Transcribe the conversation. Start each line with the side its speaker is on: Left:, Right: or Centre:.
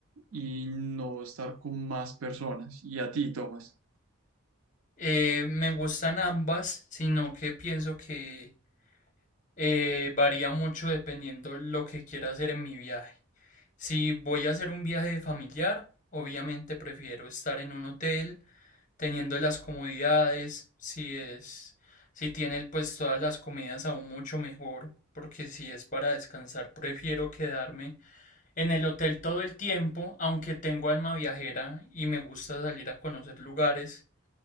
Right: y no estar con más personas. Y a ti, Tomás.
Left: Eh, me gustan ambas, sino que pienso que eh, varía mucho dependiendo lo que quiera hacer en mi viaje. Si voy a hacer un viaje familiar, obviamente prefiero estar en un hotel teniendo las comodidades, si es, si tiene pues todas las comidas aún mucho mejor, porque si es para descansar, prefiero quedarme en el hotel todo el tiempo, aunque tengo alma viajera y me gusta salir a conocer lugares,